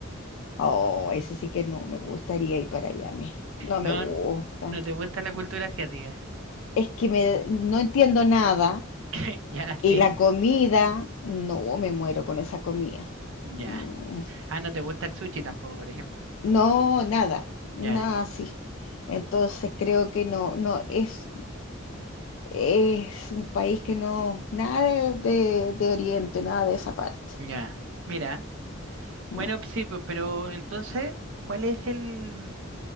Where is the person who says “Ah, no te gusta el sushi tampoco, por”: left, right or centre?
Right